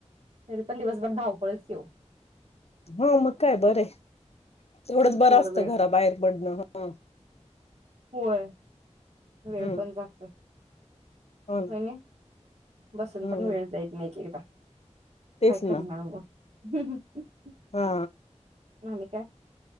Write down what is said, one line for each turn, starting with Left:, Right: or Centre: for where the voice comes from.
Right: तरी पण दिवसभर धाव पळच हो.
Left: हो मग काय बर ये तेवढंच बरं
Right: तेवढा
Left: असतं
Right: वेळ
Left: घरा बाहेर पडणं ह.
Right: होय. वेळ
Left: हम्म
Right: पण जातोय.
Left: हो ना
Right: होयन बसून
Left: हम्म
Right: पण वेळ जाईत नई की आता.
Left: तेच
Right: काय
Left: ना
Right: करणार आग? <unintelligible>
Left: हा.
Right: आणि काय